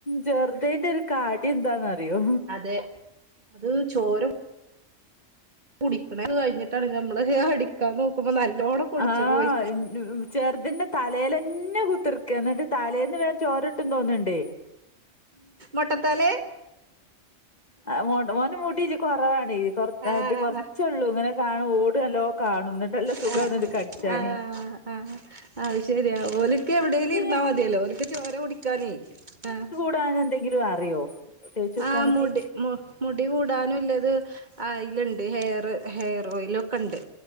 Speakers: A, on the left (about 35°); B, on the right (about 40°).
A: ജെർതേന്റൊരു കാട്യന്താന്നറിയോ
B: അതെ അത് ചോരും കുടിക്ക്ണ കയിഞ്ഞിട്ടാണ് നമ്മളത് അടിക്കാൻ നോക്കുമ്പോ നല്ലോണം പൊടിച്ചു
A: ആഹ്
B: പോയി
A: ചെർതിന്റെ തലേല് ഇങ്ങനെ കുത്തിർക്കെ എന്നിട്ട് തലേന്ന് വേം ചോറ് തിന്നോന്നൊണ്ടേ
B: മൊട്ടത്തലേ
A: ആ മോണ്ട മോൻ്റെ മുടീല് കൊറവാണ് ഈ പൊറത്
B: ആഹ്
A: കൊറച്ചുള്ളൂ ഇങ്ങനെ കാണും ഓടല്ലോ കാണുന്നട്ട് നല്ല സുഖമാന്നട്ട്
B: ആഹ്
A: കടിച്ചാന്
B: ആഹ് അത് ശെരിയാ ഓൾക്ക് എവിടേലിരുന്നാ
A: പിന്നെ
B: മതിയല്ലോ ഓൽക്ക് ചോര കുടിക്കാനേ ആഹ്
A: പ്ലാനെന്തെങ്കിലും അറിയോ തേച്ച് കൊടുക്കാൻ
B: ആഹ്
A: പറ്റി
B: മുടി മു മുടി കൂടാനുള്ളത് അൽമേണ്ട് ഹെയർ ഹെയറോയിലക്കെയുണ്ട്